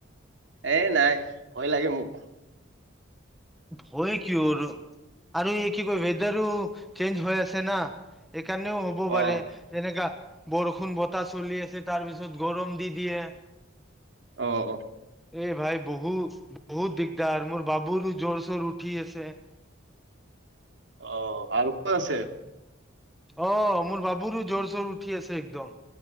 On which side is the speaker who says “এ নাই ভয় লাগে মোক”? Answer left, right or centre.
Right